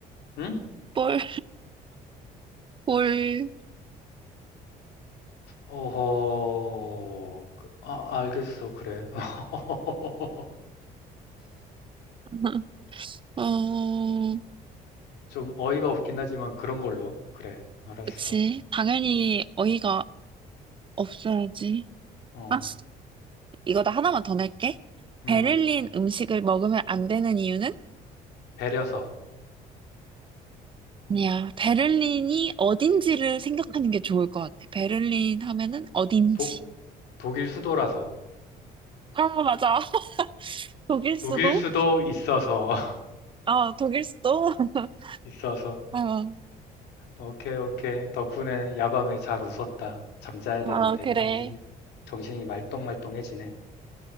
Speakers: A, on the left; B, on the right.
A: 응?
B: 볼, 볼.
A: 어허, 그- 아, 알겠어. 그래. <laughs>
B: <laughs> 어,
A: 좀 어이가 없긴 하지만 그런 걸로. 그래, 알았어.
B: 그치. 당연히 어이가 없어야지.
A: 어,
B: 아, 이거 나 하나만 더 낼게.
A: 음,
B: 베를린 음식을 먹으면 안 되는 이유는?
A: 배려서.
B: 아니야. 베를린이 어딘지를 생각하는 게 좋을 것 같아. 베를린 하면은 어딘지.
A: 도, 독일 수도라서.
B: 아, 맞아. 독일
A: 독일
B: 수도?
A: 수도 있어서. <laughs>
B: 아, 독일 수도? <laughs>
A: 있어서.
B: 아,
A: 오케이, 오케이. 덕분에 야밤에 잘 웃었다. 잠자야
B: 아,
A: 되는데
B: 그래.
A: 정신이, 정신이 말똥말똥해지네.